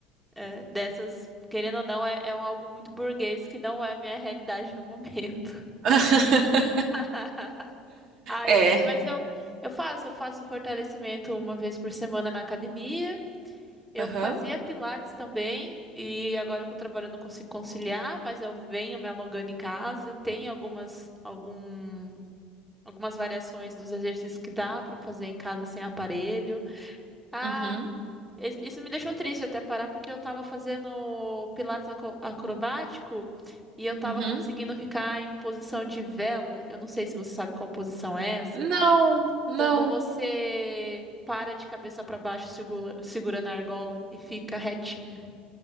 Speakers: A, in the centre; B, on the right (about 40°).
A: é, dessas, querendo ou não, é, é um algo muito burguês que não é minha realidade no momento.
B: <laughs>
A: <laughs> Aí,
B: É.
A: mas eu, eu faço, eu faço fortalecimento uma vez por semana na academia. Eu
B: Aham.
A: fazia pilates também, e agora que eu trabalho eu não consigo conciliar, mas eu venho me alongando em casa. Tem algumas, algum, algumas variações dos exercícios que dá para fazer em casa sem aparelho. Ah,
B: Uhum.
A: Is- Isso me deixou triste até parar, porque eu tava fazendo pilates aco- acrobático e eu tava
B: Uhum.
A: conseguindo ficar em posição de vela. Eu não sei se você sabe qual posição é essa.
B: Não, não.
A: Quando você para de cabeça para baixo, segura, segura na argola e fica retinho.